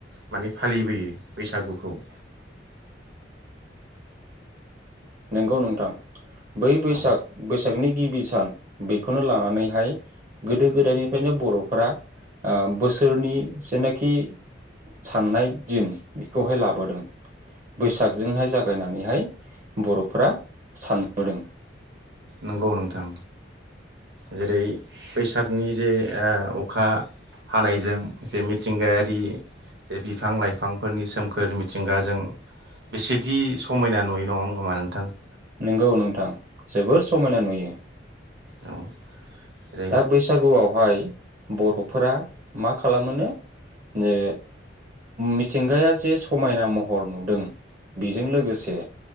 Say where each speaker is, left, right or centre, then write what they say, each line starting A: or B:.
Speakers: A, on the right; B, on the right.
A: माने फालिबोयो बैसागुखौ ओ
B: नंगौ नोंथां बै बैसाग
A: ओ
B: बैसागनि गिबि सान बेखौनो लानानैहाय गोदो गोदायनिफ्रायनो बर'फोरा ओ बोसोरनि जेनाखि साननाय दिन बेखौहाय लाबोदों बैसाग जोंहाय जागायनानैहाय बर'फोरा सानबोदों।
A: नंगौ नोंथां जेरै बैसागनि जे ओ अखा हानायजों जे मिथिंगायारि जे बिफां लाइफांफोरनि सोमखोर मिथिंगाजों बेसेदि समायना नुयो नङा <unintelligible>
B: नंगौ नोंथां जोबोर समायना नुयो।
A: औ जेरै
B: दा बैसागुआवहाय बर' फोरा मा खालामो नो जे मिथिंगाया जे समायना महर नुदों बेजों लोगोसे